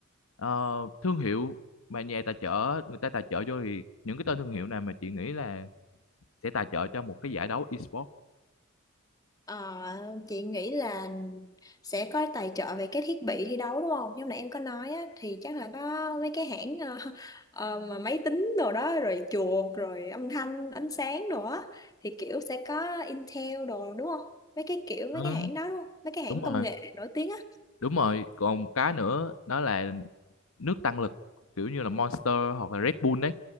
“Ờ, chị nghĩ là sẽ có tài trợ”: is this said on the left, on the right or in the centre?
Left